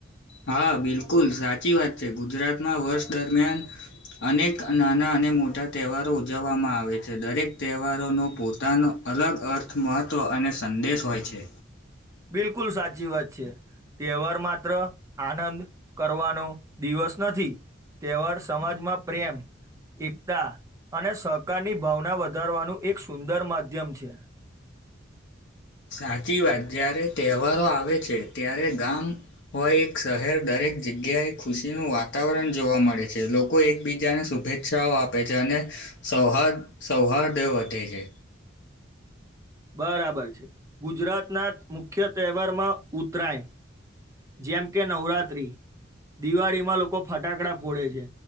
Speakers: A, on the left; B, on the right.
A: હા બિલકુલ સાચી વાત છે ગુજરાતમાં વર્ષ દરમિયાન અનેક નાના અને મોટા તહેવારો ઉજવવામાં આવે છે દરેક તહેવારોનો પો પોતાનો અલગ અર્થ, મહત્ત્વ અને સંદેશ હોય છે.
B: બિલકુલ સાચી વાત છે તહેવાર માત્ર આનંદ કરવાનો દિવસ નથી તહેવાર સમાજમાં પ્રેમ એકતા અને સહકારની ભાવના વધારવાનું એક સુંદર માધ્યમ છે.
A: સાચી વાત જ્યારે તહેવારો આવે છે ત્યારે ગામ હોય એક શહેર દરેક જગ્યાએ ખુશીનું વાતાવરણ જોવા મળે છે લોકો એકબીજાને શુભે છાઓ આપે છે અને સૌહાર્દ સૌહાર્દ વધે છે.
B: બરાબર છે ગુજરાત ના મુખ્ય તહેવારમાં ઉતરાયણ જેમ કે નવરાત્રી દિવાળીમાં લોકો ફટાકડા ફોડે છે.